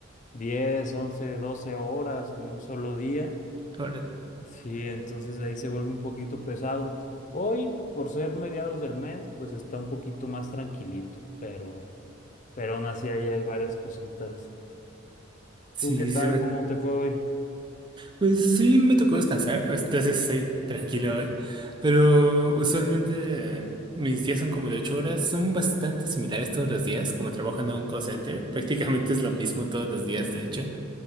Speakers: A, on the left; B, on the right.
A: 10 11 12 horas en un solo día.
B: órale.
A: Sí, entonces ahí se vuelve un poquito pesado. Hoy, por ser mediados del mes, pues está un poquito más tranquilito, pero, pero aún así ahí hay varias cositas.
B: Sí,
A: ¿Tú qué tal?
B: sí, suena-
A: ¿Cómo te fue hoy?
B: Pues sí, me tocó descansar, entonces estoy tranquilo hoy. Pero usualmente eh, mis días son como de ocho horas, son bastante similares todos los días, como trabajo en un call center, prácticamente es lo mismo todos los días, de hecho.